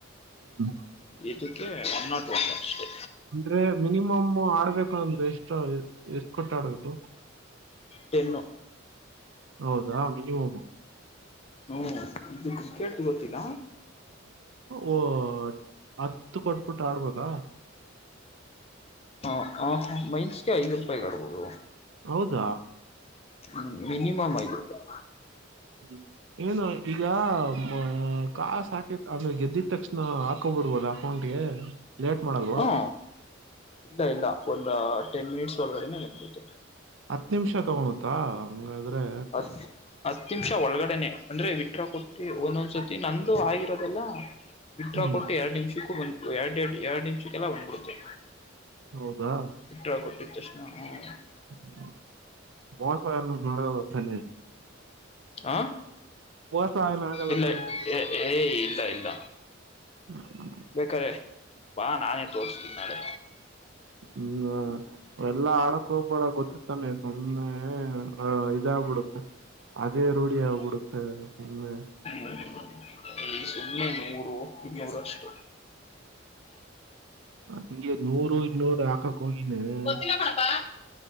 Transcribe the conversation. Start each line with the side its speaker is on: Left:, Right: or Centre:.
Right: ಹ್ಮ.
Left: ಇದಕ್ಕೆ ಒನ್ ನಾಟ್ ಒನ್ ಅಷ್ಟೇ.
Right: ಅಂದ್ರೆ ಮಿನಿಮ ಆಡ್ಬೇಕು ಅಂದ್ರೆ ಎಷ್ಟು ಎಷ್ಟ ಕೊಟ್ಟ ಆಡ್ಬೇಕು.
Left: ಟೆನ್ನು.
Right: ಹೌದಾ ಮಿನಿಮಮು.
Left: ಹ ಇದು ಕ್ರಿಕೆಟ್ ಗೊತ್ತಿಲ್ಲ.
Right: ಓ ಹತ್ತು ಕೊಟ್ಬಿಟ್ಟು ಆಡ್ಬೋದಾ.
Left: ಹ ಹ ಮೈನ್ಸ್ಗೆ ಐದು್ ರೂಪಾಯಿ ಆಡ್ಬೋದು.
Right: ಹೌದಾ.
Left: ಹ್ಮ್ ಮಿನಿಮ್ ಐದು ರೂಪಾಯಿ.
Right: ಹ್ಮ್. ಏನು ಈಗ ಅ ಕಾಸ್ ಹಾಕೇತ್ ಅಂದ್ರೆ ಗೆದ್ದಿದ ತಕ್ಷಣ ಹಾಕೊಂಡ್ಬರ್ಬೋದಾ. ತೋೊಂಡಿಯ. ಲೇಟ್ ಮಾಡೋದು.
Left: ಹ್ಮ ಇಲ್ಲ ಇಲ್ಲ ಒಂದ ಟೆನ್ ಮಿನಿಟ್ಸ್ ಒಳಗಡೆನೆ ನನ್ಬೆ.
Right: ಹತ್ತು ನಿಮಿಷ ತಗಳುತ್ತಾ ಹಂಗಾದ್ರೆ.
Left: ಹ. ಹತ್ ನಿಮಿಷ ಒಳಗಡೆನೆ ಅಂದ್ರೆ ವಿಟ್ರ ಕೊಟ್ಟು ಒಂದೊಂದ್ಸತಿ ನಂದು ಆಗಿರೋದೆಲ್ಲ. ಬಿಡ್ರಾ
Right: ಹ್ಮ್
Left: ಕೊಟ್ಟು ಎರಡ್ ನಿಮಿಷಕ್ಕೂ ಒಂದ್ ಎರಡ್ಡು ಎರಡ್ ನಿಮಿಷಕ್ಕೆಲ್ಲ ಬಂದ್ಬಿಡುತ್ತೆ.
Right: ಹೌದಾ.
Left: ಇಟ್ರ ಕೊಟ್ಟಿದ ತಕ್ಷಣ ಹ್ಮ್.
Right: ್ಮ ಮಸ ನಥನ.
Left: ಹಾ
Right: ಮೋಸ ಏನ ಆಗಲ್ಲ
Left: ಇಲ್ಲ
Right: ತಾನೆ
Left: ಏ ಇಲ್ಲ ಇಲ್ಲ.
Right: ಹ್ಮ.
Left: ಬೇಕಾರೆ ಬಾ ನಾನೇ ತೋರ್ಸ್ತೀನಿ ನಾಳೆ.
Right: ಹ್ಮ್ ಎಲ್ಲಾ ಆಡಕ್ ಹೋಗ್ಬಳ ಗೊತ್ತಿತ್ತಾನೆ ಸುಮ್ಮ್ನೆ. ಹಾ ಇದಾಗ್ಬಿಡುತ್ತೆ ಅದೇ ರೂಢಿ ಆಗ್ಬಿಡುತ್ತೆ ಸುಮ್ಮೆ.
Left: ಹ್ಮ ಈ ಸುಮ್ಮನೆ ನೂರು ಇನ್ನೂರು ಅಷ್ಟು.
Right: ಹಂಗೆ ನೂರು ಇನ್ನೂರು ಹಾಕ. ಕೋಗಿನಮ್ಮ
Left: ಗೊತ್ತಿಲ್ಲ ಕಣಪ್ಪಾ